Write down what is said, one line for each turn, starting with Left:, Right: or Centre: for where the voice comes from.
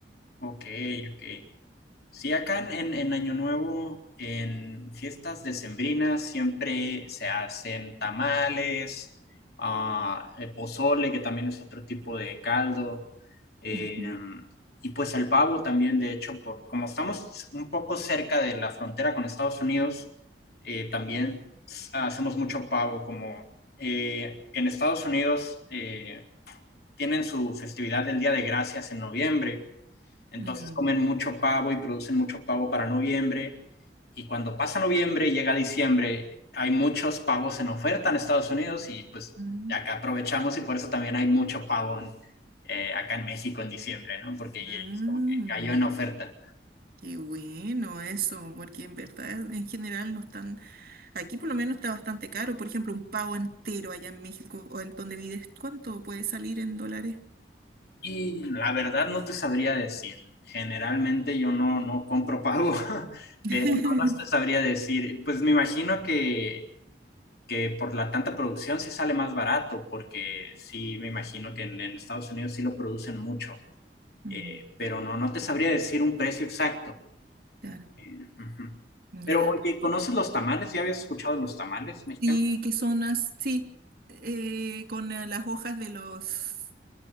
Left: Ok, ok. Sí, acá en, en- en Año Nuevo, en fiestas decembrinas, siempre se hacen tamales, ah, eh, pozole, que también es otro tipo de caldo, eh,
Right: Ujú.
Left: y pues el pavo también, de hecho, por, como estamos un poco cerca de la frontera con Estados Unidos, eh, también s- hacemos mucho pavo, como eh, en Estados Unidos eh, tienen su festividad del Día de Gracias en noviembre entonces
Right: Mm.
Left: comen mucho pavo y producen mucho pavo para noviembre. Y cuando pasa noviembre y llega diciembre, hay muchos pavos en oferta en Estados Unidos y pues
Right: Mm.
Left: acá aprovechamos y por eso también hay mucho pavo en, eh, acá en México en diciembre, ¿no? Porque
Right: Mm.
Left: como que cayó en oferta.
Right: Qué bueno eso, porque en verdad en general no están, aquí por lo menos está bastante caro, por ejemplo, un pavo entero allá en México o en donde vives, ¿cuánto puede salir en dólares?
Left: Y la verdad no te sabría decir. Generalmente yo no, no compro pavo, <laughs>
Right: <laughs>
Left: pero no, no te sabría decir. Pues me imagino que que por la tanta producción sí sale más barato, porque sí me imagino que en, en Estados Unidos sí lo producen mucho, eh,
Right: Mm,
Left: pero no, no te sabría decir un precio exacto.
Right: Claro,
Left: Eh, ujú.
Right: ya.
Left: Pero oye, ¿conoces los tamales? ¿Ya habías escuchado los tamales mexicanos?
Right: ¿Y qué son as- Sí, eh, con eh, las hojas de los,